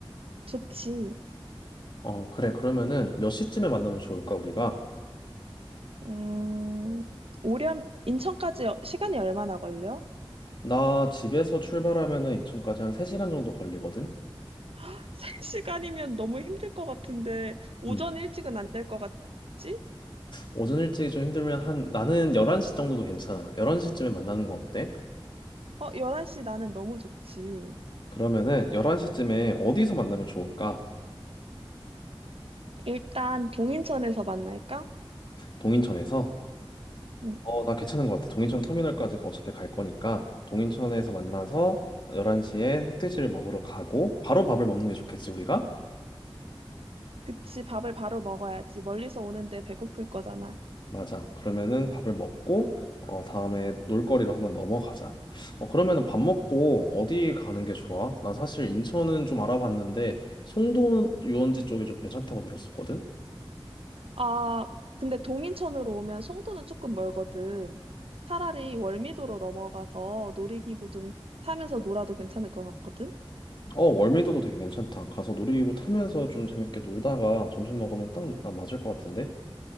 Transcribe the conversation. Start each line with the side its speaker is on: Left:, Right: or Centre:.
Right: 좋지.
Left: 어, 그래. 그러면은 몇 시쯤에 만나면 좋을까, 우리가?
Right: 음, 오렴, 인천까지 어- 시간이 얼마나 걸려?
Left: 나 집에서 출발하면은 인천까지 한 3시간 정도 걸리거든?
Right: <laughs> 세 시간이면 너무 힘들 것 같은데 오전
Left: 음.
Right: 일찍은 안 될 것 같지?
Left: 오전 일찍이 좀 힘들면 한, 나는 11시 정도도 괜찮아. 11시쯤에 만나는 거 어때?
Right: 어, 11시 나는 너무 좋지.
Left: 그러면은 11시쯤에 어디서 만나면 좋을까?
Right: 일단 동인천에서 만날까?
Left: 동인천에서?
Right: 응,
Left: 어, 나 괜찮은 것 같아. 동인천 터미널까지 어차피 갈 거니까 동인천에서 만나서 11시에 흑돼지를 먹으러 가고 바로 밥을 먹는 게 좋겠지, 우리가?
Right: 그치, 밥을 바로 먹어야지. 멀리서 오는데 배고플 거잖아.
Left: 맞아. 그러면은 밥을 먹고 어 다음에 놀거리로 한번 넘어가자. 어 그러면은 밥 먹고 어디 가는 게 좋아? 난 사실 인천은 좀 알아봤는데 송도 유원지 쪽이 좀 괜찮다고 들었었거든.
Right: 아, 근데 동인천으로 오면 송도는 조금 멀거든. 차라리 월미도로 넘어가서 놀이기구 좀 타면서 놀아도 괜찮을 것 같거든?
Left: 어 월미도도 되게 괜찮다. 가서 놀이기구 타면서 좀 재밌게 놀다가 점심 먹으면 딱 나 맞을 것 같은데.